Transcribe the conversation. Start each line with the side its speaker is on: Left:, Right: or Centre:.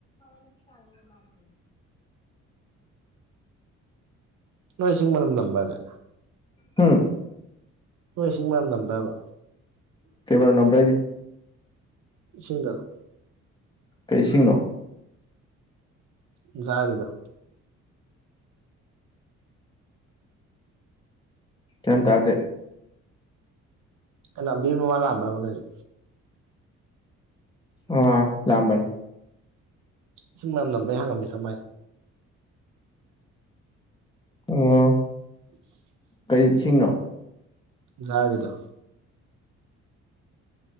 Left: ꯉꯁꯤ ꯀꯥꯡꯒ ꯃꯥꯟꯗꯦ
Right: ꯅꯣꯏ ꯏꯁꯤꯡ ꯃꯅꯝ ꯅꯝꯕ꯭ꯔꯥꯅꯦ
Left: ꯍꯨꯝ
Right: ꯅꯣꯏ ꯏꯁꯤꯡ ꯃꯅꯝ ꯅꯝꯕ꯭ꯔꯥꯕ
Left: ꯀꯩ ꯃꯅꯝ ꯅꯝꯕ꯭ꯔꯥꯗꯤ
Right: ꯏꯁꯤꯡꯗꫭ
Left: ꯀꯩ ꯏꯁꯤꯡꯅꯣ
Right: ꯏꯟꯖꯥꯒꯤꯗꯣ
Left: ꯒ꯭ꯌꯥꯟ ꯇꯥꯗꯦ
Right: ꯀꯂꯝꯕꯤ ꯃꯋꯥ ꯂꯥꯛꯑꯝꯕ꯭ꯔꯥꯕ ꯅꯣꯢꯗ
Left: ꯑ ꯂꯥꯛꯑꯝꯕꯅꯦ
Right: ꯏꯁꯤꯡ ꯃꯅꯝ ꯅꯝꯕꯩ ꯍꯪꯉꯝꯃꯤꯔ ꯃꯥꯏ
Left: ꯑꫭ
Right: <inaudible>
Left: ꯀꯩ ꯏꯁꯤꯡꯅꯣ
Right: ꯖꯥꯔꯒꯤꯗꯣ